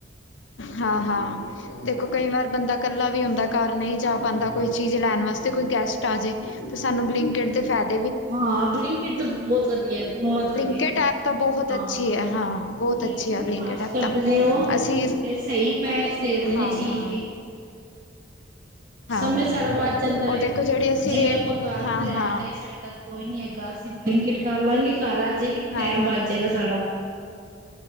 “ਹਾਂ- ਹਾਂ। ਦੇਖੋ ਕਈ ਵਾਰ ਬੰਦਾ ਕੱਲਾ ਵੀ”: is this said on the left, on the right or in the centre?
Left